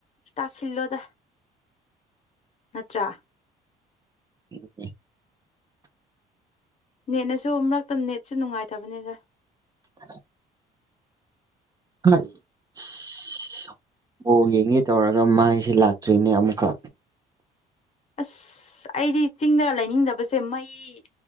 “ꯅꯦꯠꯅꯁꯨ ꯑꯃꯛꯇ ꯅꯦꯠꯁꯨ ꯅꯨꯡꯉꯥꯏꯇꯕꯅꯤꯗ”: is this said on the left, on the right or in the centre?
Left